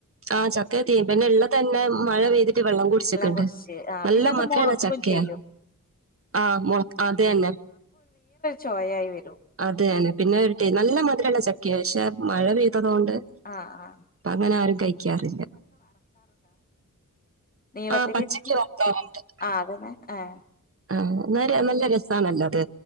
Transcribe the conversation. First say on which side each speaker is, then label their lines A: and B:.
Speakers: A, on the right (about 45°); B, on the left (about 25°).
A: ആ ചക്ക തീയും പിന്നെ ഉള്ള തന്നെ മഴ പെയ്തി കുത്തി വെള്ളം കുടിച്ചക്കണ്ട്
B: കുടിച്ച് ആഹ്
A: നല്ല
B: പിന്നെ അത്
A: മധുരുള്ള
B: മുളക്കും
A: ചക്കയാ
B: ചെയ്യും
A: ആ മുള അതെന്നെ
B: ചോയ ആയി വരും
A: അത തെ പിന്നെ ടേ നല്ല മതിരം ഉള്ള ചക്ക പക്ഷെ മഴ പെയ്താൽ മയ പെയ്തോണ്ട് ഇപ്പം
B: ആഹ് ആഹ്
A: അങ്ങനെ ആരും കഴിക്കാറില്ല
B: നീളത്തിൽ
A: ആ പച്ചക്ക്
B: എരിഞ്ഞ്
A: വറുക്കാറുണ്ട്
B: ആ അതന്നെ ആഏ
A: ആ ഇന്നാ നല്ല രസമാണല്ലത്